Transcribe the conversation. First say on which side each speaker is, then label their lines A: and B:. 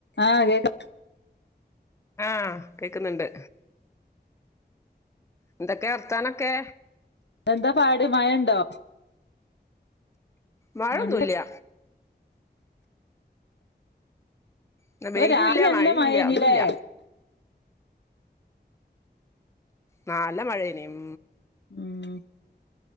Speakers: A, on the left; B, on the left.
A: ആ കേക്കാം
B: ആഹ് കേക്കുന്നുണ്ട് എന്തൊക്കെ വർത്താനൊക്കെ
A: എന്താ പാട് മഴണ്ടോ
B: മഴൊന്നൂല്യ
A: നല്ല
B: ഇന്ന്
A: ഇന്നലെ
B: വെയിലുല്ല
A: രാത്രി നല്ല
B: മഴയില്ല
A: മഴേനിലേ
B: ഒന്നുല്ല നല്ല മഴേനി ഉം
A: ഉം